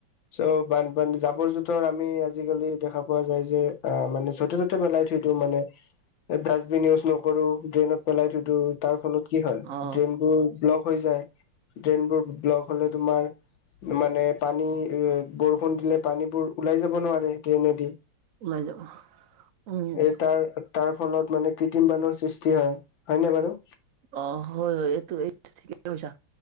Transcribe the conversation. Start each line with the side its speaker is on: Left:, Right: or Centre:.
Left: চ বানান জাবৰ জোতৰ আমি আজিকালি দেখা পোৱা যায় যে মানে য'তে ত'তে মেলাই থৈ ইটো মানে ডাষ্টবিন ইউজ নকৰো, ড্ৰেনত পেলাই থৈ দিো তাৰ ফলত কি হয়
Right: অ
Left: ড্ৰেইনবোৰ ব্লক হৈ যায় ড্ৰেইনবোৰ ব্লক হলে তোমাৰ মানে পানী বৰষুণ দিলে পানীবোৰ ওলাই যাব নোৱাৰে ড্ৰেইনেদি
Right: ওলাই যাব উম
Left: এই তাৰ তাৰ ফলত মানে কি ক্ৰিটিম বানৰ সৃষ্টি হয় হয় নে বাৰু
Right: অ হয় হয় এইটো এইটো ঠিকেই কৈছা